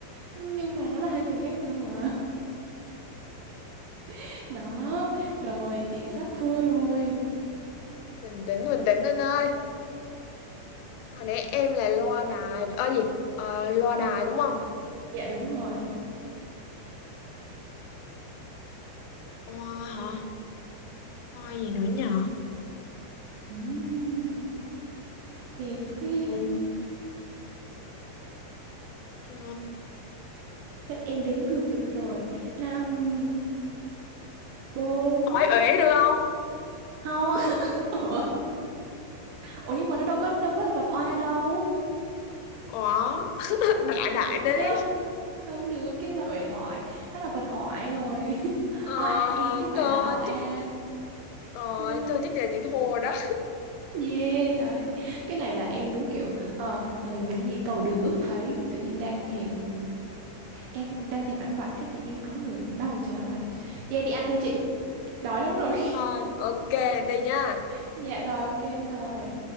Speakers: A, on the right (about 80°); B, on the left (about 85°).
A: nhưng mà nó là hai từ khác nhau mà <laughs> đó rồi chị sắp thua rồi
B: bình tĩnh bình tĩnh anh ơi hồi nãy em là loa đài ờ gì ờ, loa đài đúng không
A: dạ đúng rồi
B: khoa hả khoa gì nữa nhờ
A: Ừm. Tê tê.
B: ừ, ờ,
A: Chắc em đếm ngược được rồi. Năm, bốn.
B: hỏi uể được không
A: Không, <laughs> Ủa? Ủa nhưng mà nó đâu có đâu có là vần oa đâu.
B: có <laughs> đại đại đi
A: Ủa, Cái đó không được, cái là uể oải. Đó là vần oải rồi. <laughs>
B: ờ,
A: O a i chứ không phải
B: thôi
A: là o a.
B: thích rồi
A: Thua.
B: thôi thích là chị thua rồi đó
A: Yeah, đấy. Cái này là em đúng kiểu ờ, ờ, được cái gì cầu được ước thấy, tự nhiên đang thèm em đang thèm ăn vặt cái tự nhiên có người bao một chầu ăn vặt vậy đi ăn thôi chị đói lắm rồi
B: Đi thôi ok đi nha
A: <laughs> dạ rồi ok đi thôi